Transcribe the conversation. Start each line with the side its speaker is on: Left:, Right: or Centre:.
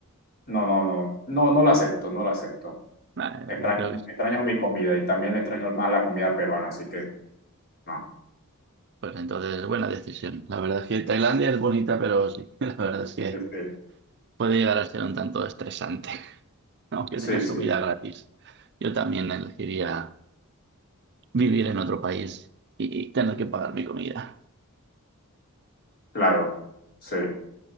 Left: no, no, no, no, no lo acepto, no lo acepto.
Right: Nah,
Left: Extraño,
Right: eh, me creo que sí.
Left: extraño mi comida y también extraño más la comida peruana, así que no.
Right: Pues entonces, buena decisión. La verdad es que Tailandia es bonita, pero sí, <laughs> la verdad es que
Left: Este,
Right: puede llegar a ser un tanto estresante, <laughs> aunque
Left: sí,
Right: tengas
Left: sí,
Right: comida gratis. Yo también elegiría vivir en otro país y, y tener que pagar mi comida.
Left: claro, sí.